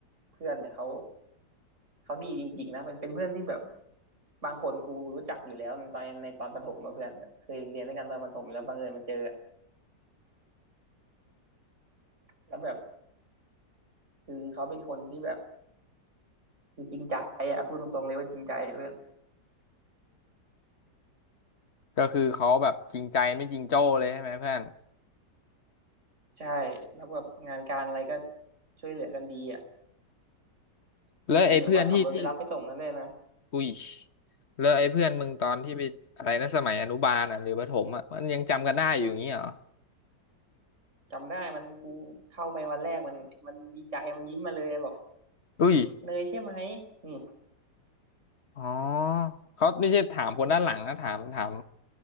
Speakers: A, on the right; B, on the left.
A: เพื่อนเนี่ยเขาเขาดีจริงๆนะมันเป็นเพื่อนที่แบบบางคนกูรู้จักอยู่แล้วในตอนในตอนประถมมาเพื่อนแบบเคยเรียนด้วยกันตอนประถมแล้วบังเอิญมาเจออะแล้วแบบคือเขาเป็นคนที่แบบคือจริงใจอ่ะพูดตรงๆเลยว่าจริงใจอะเพื่อน
B: ก็คือเขาแบบจริงใจไม่จริงโจ้เลยใช่ไหมเพื่อน
A: ใช่แล้วแบบงานการอะไรก็ช่วยเหลือกันดีอ่ะ
B: แล้วไอ้เพื่อนที่ที่
A: มีแบบว่าขับรถไปรับไปส่งกันเลยนะ
B: อุ้ยแล้วไอ้เพื่อนมึงตอนที่ไปอะไรนะสมัยอนุบาลอ่ะหรือประถมอ่ะมันยังจำกันได้อยู่อย่างงี้เหรอ
A: จำได้มันกูเข้าไปวันแรกมันมันดีใจมันยิ้มมาเลยบอก
B: อุ้ย
A: เนยใช่ไหมนี่
B: อ๋อเขาไม่ใช่ถามคนด้านหลังนะถามถาม